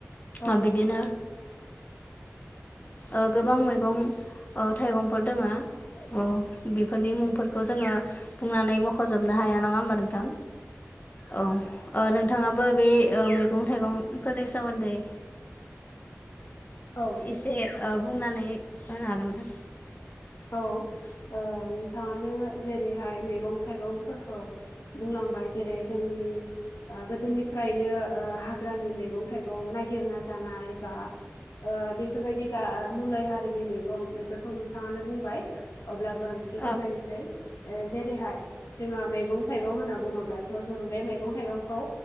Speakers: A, on the left; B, on the left.
A: औ
B: ओ
A: नंगौ
B: बिदिनो ओ गोबां मैगं ओ थाइगंफोर दोङो बेफोरनि मुंफोरखौ जोङो बुंनानै मख'जोबनो हाया नङा होमबा नोंथां। औ ओक् नोंथाङाबो बे ओ मैगं थाइगंफोरनि सोमोन्दै <inaudible>
A: औ
B: एसे ओ बुंनानै होनो हागोन।
A: औ ओ नोंथाङानो जेरैहाय मैगं थाइगंफोरखौ बुंलांबाय जेरै जोंनि गोदोनिफ्रायनो हाग्रानि मैगं थाइगं गं नागिरना जानाय बा ओ बेफोरबायदि मुलै हारिनि मैगं बेफोरखौ नोंथाङानो बुंबाय अब्लाबो आं एसे
B: औ
A: फोरमायनोसै जेरैहाय जोंहा मैगं थाइगं होनना बुङोब्लाथ' जों बे मैगं थाइगंखौ